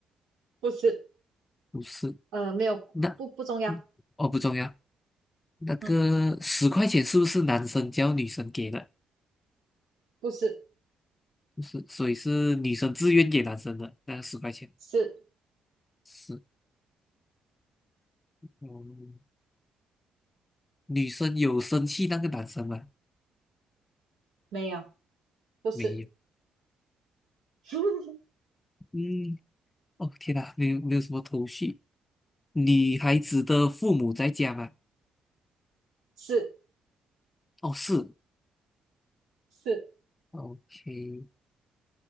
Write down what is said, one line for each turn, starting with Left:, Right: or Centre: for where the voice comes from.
Right: 不是，
Left: 不是，
Right: 呃，没有，
Left: 那
Right: 不不重要。
Left: 嗯哦不重要。那个十块钱是不是男生叫女生给的？
Right: 嗯，不是，
Left: 不是，所以是女生自愿给男生的那个十块钱。
Right: 是
Left: 是，嗯，女生有生气那个男生吗？
Right: 没有，不是，
Left: 没有。
Right: <laughs>
Left: 嗯，哦天哪，没有没有什么头绪。女孩子的父母在家吗？
Right: 是
Left: 哦，是
Right: 是，
Left: ，OK，